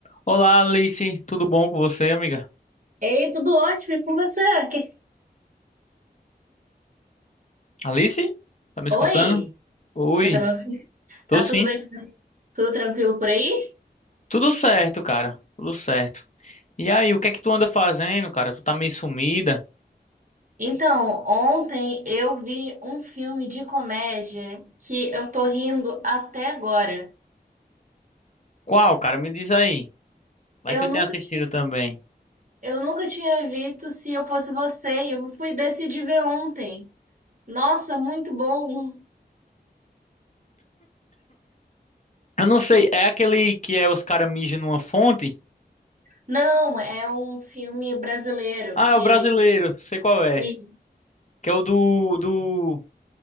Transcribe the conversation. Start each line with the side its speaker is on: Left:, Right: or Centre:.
Left: Olá, Alice. Tudo bom com você, amiga?
Right: Ei, tudo ótimo, e com você? Que-
Left: Alice? Tá me
Right: Oi,
Left: escutando? Oi,
Right: você tá me ouvindo?
Left: tô
Right: Tá
Left: sim.
Right: tudo bem? Tudo tranquilo por aí?
Left: Tudo certo, cara. Tudo certo. E aí, o que é que tu anda fazendo, cara? Tu tá meio sumida.
Right: Então, ontem eu vi um filme de comédia que eu tô rindo até agora.
Left: Qual, cara? Me diz aí. Vai
Right: Eu
Left: que eu
Right: nunca
Left: tenho assistido
Right: tinha,
Left: também.
Right: eu nunca tinha visto Se Eu Fosse Você, e eu fui decidir ver ontem. Nossa, muito bom!
Left: Eu não sei, é aquele que é os caras mijam numa fonte?
Right: Não, é um filme brasileiro
Left: Ah,
Right: que
Left: é o brasileiro, sei qual é.
Right: e
Left: Que é o do, do...